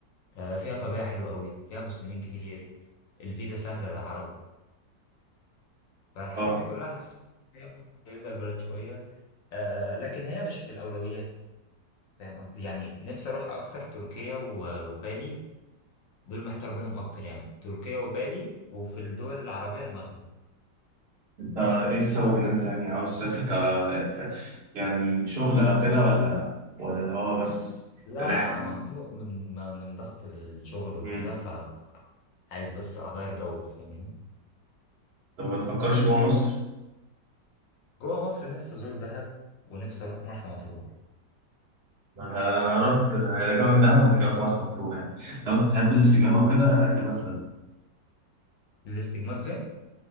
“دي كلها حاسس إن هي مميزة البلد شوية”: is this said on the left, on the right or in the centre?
Left